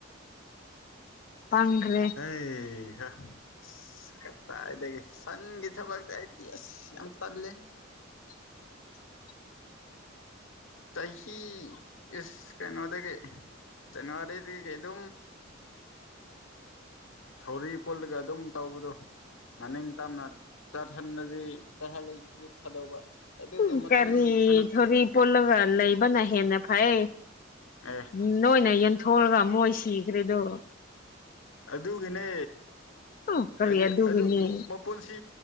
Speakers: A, on the left; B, on the left.
A: ꯄꯪꯈ꯭ꯔꯦ
B: ꯑꯦ ꯍ ꯑꯁ ꯀꯇꯥꯥꯏꯗꯒꯤ ꯁꯟꯒꯤ ꯊꯕꯛꯇꯤ ꯑꯩꯗꯤ ꯑꯁ ꯌꯥꯝ ꯇꯜꯂꯦ
A: <unintelligible>
B: ꯆꯍꯤ ꯏꯁ ꯀꯩꯅꯣꯗꯒꯤ ꯆꯖꯅꯋꯥꯔꯤꯗꯤ ꯀꯩꯗ
A: <unintelligible>
B: ꯊꯧꯔꯤ ꯄꯨꯜꯂꯒ ꯑꯗꯨꯝ ꯇꯧꯕꯗꯣ ꯃꯅꯤꯡ ꯇꯝꯅ ꯆꯠꯍꯟꯂꯗꯤ ꯆꯠꯍꯜꯂꯗꯤ ꯐꯗꯧꯕ ꯑꯗꯨꯁꯨ
A: ꯎ
B: ꯃꯇꯝ
A: ꯀꯔꯤ
B: ꯀꯩꯅꯣ
A: ꯊꯣꯔꯤ ꯄꯨꯣꯜꯂꯒ ꯂꯩꯕꯅ ꯍꯦꯟꯅ ꯐꯩ
B: ꯑꯦ
A: ꯎ ꯅꯣꯏꯅ ꯌꯦꯟꯊꯣꯛꯑꯒ ꯃꯣꯏ ꯁꯤꯈ꯭ꯔꯦꯗꯣ
B: ꯑꯗꯨꯒꯤꯅꯦ
A: ꯎꯝ ꯀꯔꯤ
B: ꯍꯥꯏꯗꯤ
A: ꯑꯗꯨꯒꯤꯅꯤ
B: ꯑꯗꯨ ꯃꯄꯨꯣꯟꯁꯤ